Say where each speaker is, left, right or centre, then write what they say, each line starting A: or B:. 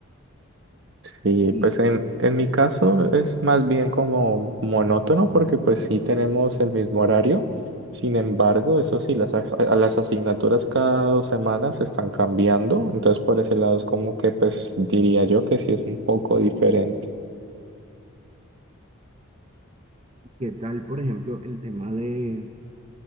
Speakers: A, on the right (about 55°); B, on the right (about 25°).
A: Y
B: ¿Y
A: pues en, en mi caso es más bien como monótono porque pues sí tenemos el mismo horario. Sin embargo, eso sí, las, as- a- las asignaturas cada dos semanas están cambiando. Entonces por ese lado es como que pues diría yo que sí es un poco diferente.
B: qué tal, por ejemplo, el tema de,